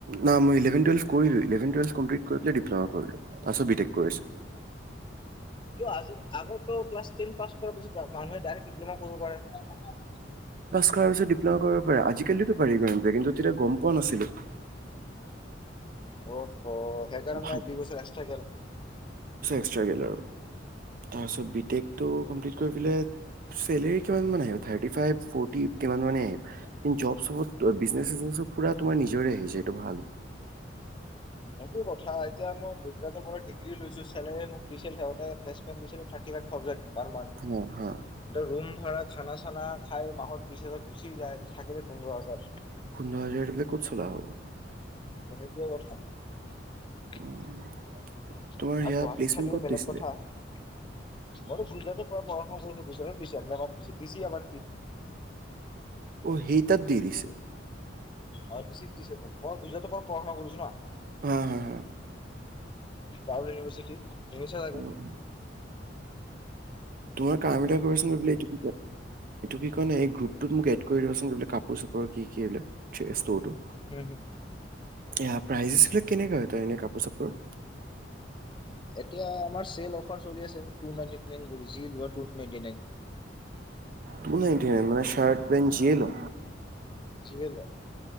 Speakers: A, on the right (about 50°); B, on the left (about 25°).
A: নাই মইভেনটেল কৰিলো্ল ডপ্ল কৰিলো
B: আজ আগতো ক্লাছ টেন পাছ কৰাৰ পিছত মানুহে ডাইৰেক্ট ডিপ্ল'মা কৰিব পাৰে
A: াৰ পিছত ডিপ্লমা কৰিব পাৰে আজিকালিো বাঢ়ি গম প কিন্তু তেতিয়া গম পোৱা নাছিলো
B: অ হ সেই কাৰণ
A: ভাব
B: নাই দু বছৰ এক্সট্ৰা গল
A: <inaudible>
B: একো কথা এতিয়া মই গুজৰাট ব ডিগ্ৰী লৈছো চেলেী মোক দিছিল সহঁতে প্লেচমেণ্ট দিছিল থাৰ্টি ফাইভ থাউজেণ্ড প ম
A: হা হা
B: ৰুম ভ় খানা চানা খাই মাহত বিশ হাজাৰ গুচি যায় থাকিলে পোন্ধৰ হাজাৰ
A: পোন্ধৰ হাজাৰ গিলাক ক'ত চল হব
B: সেইটোয়ে কথা আৰু
A: উম, তোমাৰ সেয়া
B: গুৱাহাটীত
A: প্লেচমেণ্ট
B: থাকিলে
A: ক'ত
B: বেলেগ
A: দিছিলে
B: কথা মইতো গুজৰাটত পুজ দিছ এনে ব দিছ দিছি ব্ধি
A: অ হি তত দিৰিছে
B: অ দি দিছে মই গুজৰাটৰ পৰা পাৰা্না কৰিছো ন
A: হ হা হ
B: পউল ইউনিভাৰ্চিটি ঘনিছ আাকৌ
A: অ', তোমাৰ কাৰাচোন কি ক এইটো কি ক? ত মোক এড কৰি দিবাচোন কি বোলে কাপোৰ চাপোৰ কি - কি বোলেষ্টৰটো।
B: হম ', -হম',
A: এ প্ৰাইজেছ বিলাক কেনেকা হয় তই এনে কাপোৰ চাপোৰ।
B: এতিয়া আমাৰ চেল অফাৰ চলি আছে টু নাইটি। যি লোৱা টু নাইনটি নাইন।
A: ত নাই মানে চাৰ্ট পেণ্ট জিল।
B: জিহে ল।